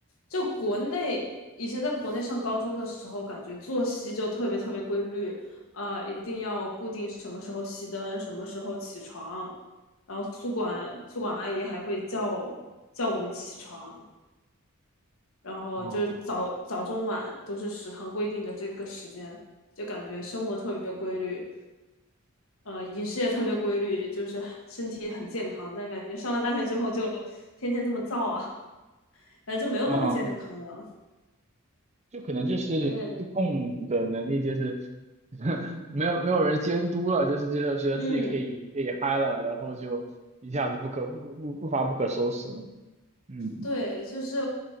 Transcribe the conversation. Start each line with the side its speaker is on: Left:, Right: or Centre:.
Left: 就国内以前在国内上高中的时候，感觉作息就特别特别规律，啊，呃一定要固定什么时候熄灯，什么时候起床，然后宿管宿管阿姨还会叫叫我们起床，然后就是早早中晚都是食堂规定的这个时间，
Right: 嗯
Left: 就感觉生活特别规律，呃，饮食也特别规律，就是身体很健康，但感觉上了大学之后就天天这么造啊，感觉就没有那么健康了。
Right: 嗯。啊就可能就是自控的能力，
Left: 呃，
Right: 就是 <laughs> 没有没有人监督了，就是就是觉得自己可以可以嗨了，
Left: 嗯，
Right: 然后就一下子不可不不不发不可收拾了。嗯，
Left: 对，就是，